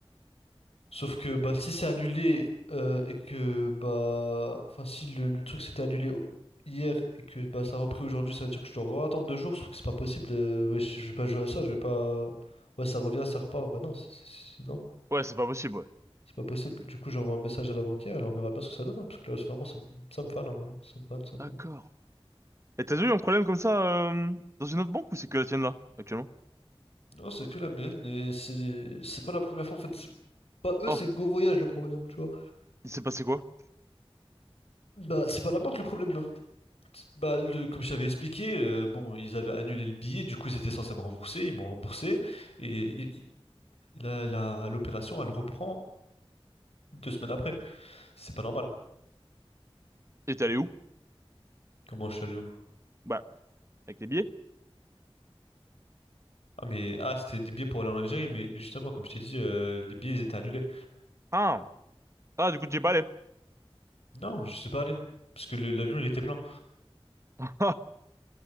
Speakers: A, on the left; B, on the right.
A: Sauf que bah si c'est annulé euh, et que bah enfin si le, le truc s'était annulé au- hier et que bah ça a repris aujourd'hui, ça veut dire que je dois encore attendre deux jours, sauf que c'est pas possible de ouais, je, je vais pas jouer à ça, je vais pas ouais ça revient, ça repart, bah non, c'est c'est- c'est- non,
B: Ouais, c'est pas possible, ouais.
A: c'est pas possible. Du coup j'envoie un message à la banquière et là, on verra bien ce que ça donne, hein, parce que là c'est vraiment ça, me- ça me fane en vrai. ça me fane tout simplement.
B: D'accord. Et t'as déjà eu un problème comme ça euh, dans une autre banque ou c'est que la tienne là actuellement?
A: Non, c'est que la mienne et c'est c'est pas la première fois en fait, c'est pas eux,
B: Oh,
A: c'est Go Voyage le problème, tu vois.
B: il s'est passé quoi?
A: Bah c'est pas la banque le problème, Bah, le, comme je t'avais expliqué, euh, bon, ils avaient annulé le billet, du coup, ils étaient censés me rembourser, ils m'ont remboursé, et il- il- la, la- l'opération, elle reprend deux semaines après. C'est pas normal.
B: Et t'es allé où?
A: Comment je suis allé où?
B: Bah, avec les billets.
A: Ah, mais, ah, c'était des billets pour aller en Algérie, mais justement, comme je t'ai dit, euh, les billets, ils étaient annulés.
B: Ah, ah du coup tu es pas allé.
A: Non, je sais pas aller, parce que le- l'avion, il était plein.
B: <laughs>